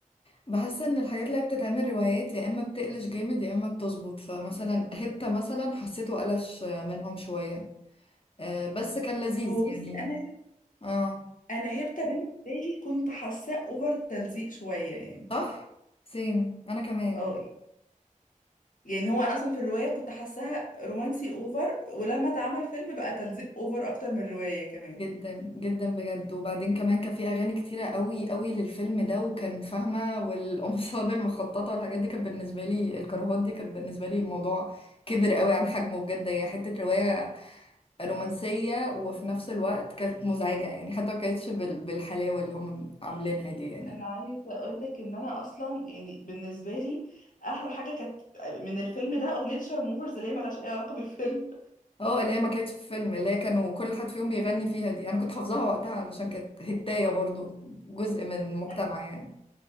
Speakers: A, on the left; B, on the left.
A: بحس ان الحاجات اللي هي بتتعمل روايات يا اما بتقلش جامد يا اما بتظبط فمثلا هبتة مثلا حسيته قلش منهم شوية آه بس كان لذيذ
B: هو بصي
A: يعني
B: انا هب-
A: اه
B: انا هبته بالنسبة لي كنت حاساه اوفر تلزيق شوية يعني
A: صح سيم انا كمان
B: اه يعني هو انا اصلا في الروايه كنت حاساها رومانسي اوفر ولما اتعمل فيلم بقى تلزيق اوفر اكتر من الروايه كمان
A: جدا جدا بجد وبعدين كمان كان في اغاني كتيرة قوي قوي للفيلم ده وكان فاهمة والقمصان <laughs> المخططة والحاجات دي كانت بالنسبة لي الكروهات دي كانت بالنسبة لي الموضوع كبر قوي عن حجمه بجد هي حتة رواية رومانسية وفي نفس الوقت كانت مزعجة يعني حتى ما كانتش بال- بالحلاوة اللي هم عاملينها دي يعني
B: انا عايزه اقول لك ان انا اصلا يعني بالنسبه لي احلى حاجه كانت من الفيلم ده اغنيه شارموفرز اللي هي ملهاش اي علاقه بالفيلم
A: اه اللي هي ما كانتش في فيلم اللي هي كانوا كل حد فيهم بيغني فيها دي انا كنت حافظاها وقتها علشان كانت هداية برضو جزء من مجتمع
B: <laughs>
A: يعني